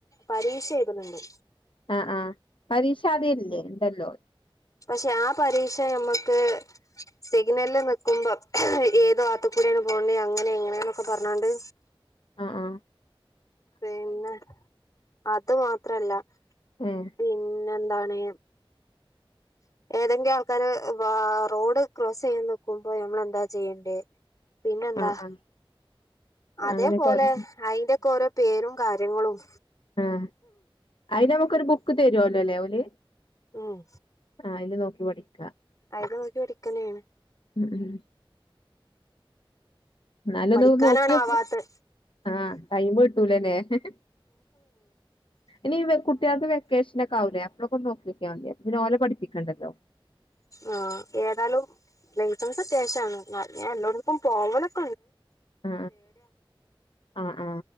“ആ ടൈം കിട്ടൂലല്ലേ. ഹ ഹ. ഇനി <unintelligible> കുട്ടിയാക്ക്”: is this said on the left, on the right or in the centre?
Left